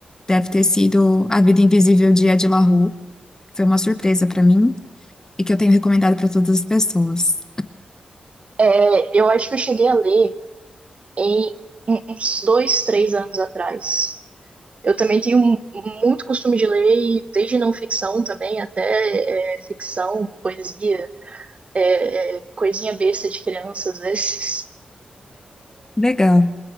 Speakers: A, on the left; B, on the right.
A: deve ter sido A Vida Invisível de Ed La Rue. Foi uma surpresa para mim e que eu tenho recomendado para todas as pessoas.
B: É, Eu acho que eu cheguei a ler em um- uns dois, três anos atrás. Eu também tenho um- muito costume de ler, e desde não ficção também, até é, ficção, poesia, é, é, coisinha besta de criança às vezes.
A: Legal.